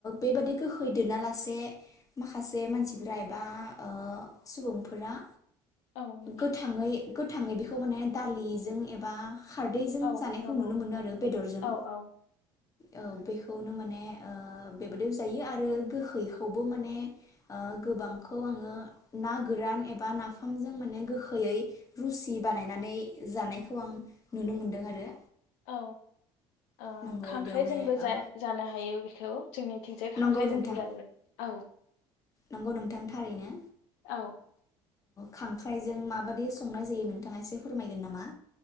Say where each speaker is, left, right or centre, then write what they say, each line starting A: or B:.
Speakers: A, on the left (about 30°); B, on the left (about 80°).
A: बेबादि गोखै दोनालासे माखासे मानसिफोरा एबा ओ सुबुंफोरा
B: औ नंगौ
A: गोथाङै गोथाङै बे खौ माने दालिजों एबा खारदैजों
B: औ
A: जानायखौ
B: नंगौ
A: नुनो मोनो आरो बेदरजों
B: औ औ
A: औ बेखौनो माने ओ बेबादिबो जायो आरो गोहैखौबो माने ओ गोबांखौ आङो ना गोरान एबा नाफामजों माने गोखैयै रुसिब बानायनानै जानायखौ आं नुनो मोनदों आरो।
B: औ ओ
A: नंगौ
B: खांख्राइजोंबो
A: बेयाव माने
B: जा
A: ओ
B: जानो हायो बेखौ। जोंनिथिंजाय खांख्राइ
A: नंगौ नोंथां
B: जों बिरानो औ।
A: नंगौ नोंथां थारैनो।
B: औ।
A: खांख्राइजों माबादि संनाय जायो नोंथाङा एसे फोरमायगोन नामा?